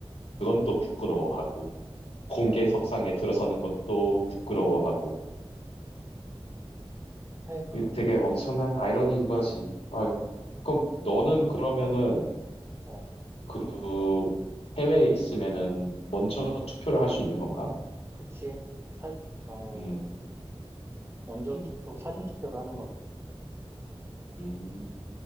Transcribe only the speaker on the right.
그럼.
아이고.
그럼.
어,
그치. 사, 어,
먼저
투표, 사전 투표를 하는 거지.